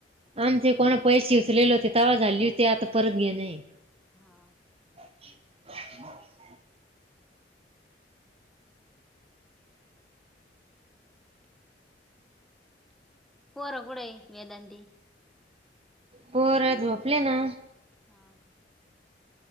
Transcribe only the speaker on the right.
आमचे कोणा पैसे उचलेले होते तवा झाली होती आता परत घे नाही
<unintelligible>
पोर झोपले ना